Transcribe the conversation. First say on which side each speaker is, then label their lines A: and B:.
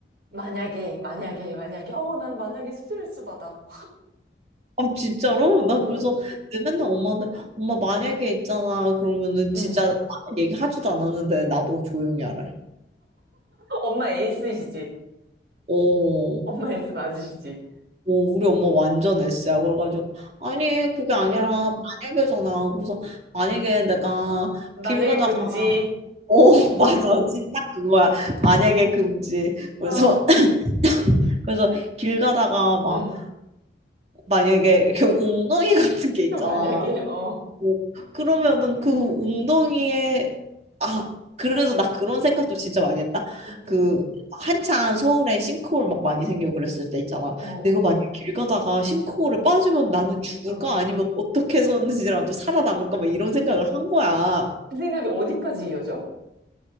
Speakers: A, on the right; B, on the right.
A: 만약에, 만약에, 만약에. 어, 난 만약에 스트레스 받아.
B: 아 진짜로? 나
A: 응,
B: 그래서 내 맨날 엄마한테 엄마 만약에 있잖아 그러면은
A: 응.
B: 진짜 다른 얘기 하지도 않았는데 나보고 조용히 하래.
A: 엄마 에이스이시지?
B: 오,
A: 엄마 에이스 맞으시지?
B: 오 우리 엄마 완전 S야. 그래가지고 아니 그게 아니라
A: 응.
B: 만약에잖아. 그래서 만약에 내가
A: 만약에
B: 길 가다가
A: 금지.
B: 오 <laughs> 맞아 진짜 딱 그거야. 만약에 금지. 그래서
A: 아,
B: <laughs> 그래서 길 가다가 막
A: 응.
B: 만약에 이렇게 웅덩이 같은 게 있잖아.
A: 또 만약에, 어.
B: 오, 그러면은 그 웅덩이에 아 그래서 나 그런 생각도 진짜 많이 했다.
A: 어떤?
B: 그 한창 서울에 싱크홀 막 많이 생기고 그랬을 때 있잖아.
A: 어.
B: 내가 만약 길 가다가 싱크홀에 빠지면 나는 죽을까
A: 응.
B: 아니면 어떻게 해서든지라도 살아남을까 막 이런 생각을 한 거야.
A: 그 생각이 어디까지 이어져?